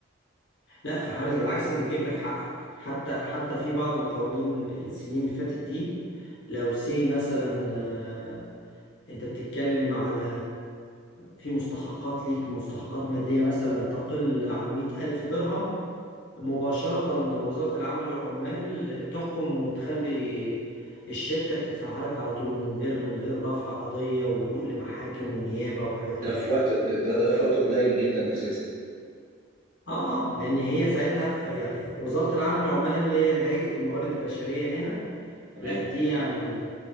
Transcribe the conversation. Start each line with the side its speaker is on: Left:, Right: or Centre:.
Left: لا في حالة العكس بتجيب لك حقك حتى حتى في بعض القوانين السنين اللي فاتت دي لو سي مثلا آه، انت بتتكلم على في مستحقات ليك مستحقات مادية مثلا تقل عن مئة ألف درهم مباشرة وزارة العمل والعمال تحكم وتخلي الشركة تدفعها لك على طول من غير من غير رفع قضية ولجوء لمحاكم ونيابة وحاجات كده
Right: ده في
Left: يعني
Right: وقت ده ده ده في وقت قليل جدا اساسا
Left: اه اه لان هي ساعتها يعني وزارة العمل والعمال هنا اللي هي هيئة الموارد البشرية هنا
Right: تمام
Left: لا دي يعني